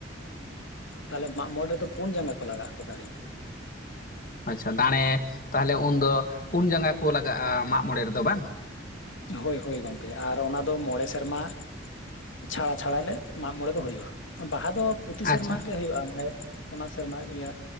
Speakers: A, on the left; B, on the left.
A: ᱛᱟᱞᱦᱮ ᱢᱟᱜ ᱢᱚᱬᱮ ᱨᱮᱫᱚ ᱯᱩᱱ ᱡᱟᱸᱜᱟ ᱠᱚ ᱞᱟᱜᱟᱜᱼᱟᱠᱚ ᱫᱟᱲᱮ।
B: ᱟᱪᱪᱷᱟ ᱫᱟᱸᱲᱮ ᱛᱟᱦᱟᱞᱮ ᱩᱱᱫᱚ ᱯᱩᱱ ᱡᱟᱸᱜᱟ ᱠᱚ ᱞᱟᱜᱟᱜᱼᱟ ᱢᱟᱜ ᱢᱚᱬᱮ ᱨᱮᱫᱚ ᱵᱟᱝ?
A: ᱦᱳᱭ ᱦᱳᱭ ᱜᱚᱢᱠᱮ ᱟᱨ ᱚᱱᱟᱫᱚ ᱢᱚᱬᱮ ᱥᱮᱨᱢᱟ ᱼᱼ ᱪᱷᱟᱲᱟ ᱪᱷᱟᱲᱟᱞᱮ ᱢᱟᱜ ᱢᱚᱬᱮ ᱫᱚ ᱦᱩᱭᱩᱜᱼᱟ᱾ ᱵᱟᱦᱟ ᱫᱚ ᱯᱨᱚᱛᱤ ᱥᱮᱨᱢᱟ
B: ᱟᱪᱪᱷᱟ
A: ᱜᱮ ᱦᱩᱭᱩᱜᱼᱟ᱾ ᱢᱟᱱᱮ ᱼᱼ ᱚᱱᱟ ᱥᱮᱨᱢᱟ ᱤᱭᱟᱹ